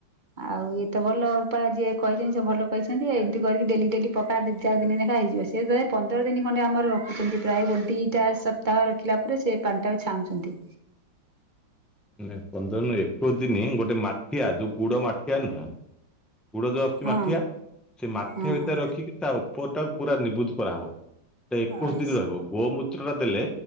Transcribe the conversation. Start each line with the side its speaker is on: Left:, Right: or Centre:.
Right: ଆଉ ଏତ ଭଲ ଉପାୟ ଯିଏ କହିଛନ୍ତି ସେ ଭଲ କହିଛନ୍ତି ଏମିତି କରିକି ଡେଲି, ଡେଲି ପକା ଦି ଚାର ଦିନ ନେଖା ହେଇଯିବ ସେ ତଥାପି ପନ୍ଦର ଦିନ ଖଣ୍ଡେ ଆମର ରଖିଛନ୍ତି ପ୍ରାୟ ଗୋ ଦିଟା ସପ୍ତାହ ରଖିଲା ପରେ ସେ ପାଣିଟାକୁ ଛାଣୁଚନ୍ତି।
Centre: ନା ପନ୍ଦର ନୁ ଏକୋଇଶ ଦିନ ଗୋଟେ ମାଠିଆ ଯୋଉ ଗୁଡ ମାଠିଆ ନୁହେଁ ଗୁଡ ଯୋଉ ଆସୁଛି
Right: ହଁ
Centre: ମାଠିଆ ସେ ମାଠିଆ
Right: ହଁ
Centre: ଭିତରେ ରଖିକି ତା ଉପର ଟାକୁ ପୁରା ନିବୁଜ୍ କରାହବ। ଟା ଏକୋଇଶ
Right: ଆଉ
Centre: ଦିନ ରହିବ, ଗୋମୂତ୍ର ଟା ଦେଲେ